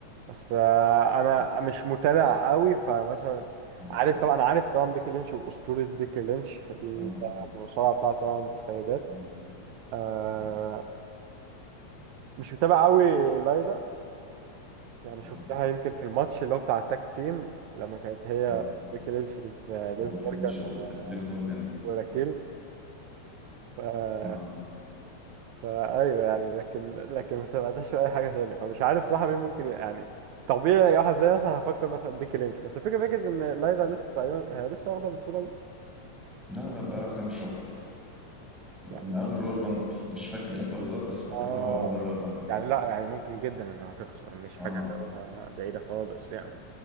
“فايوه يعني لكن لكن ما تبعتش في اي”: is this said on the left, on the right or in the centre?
Right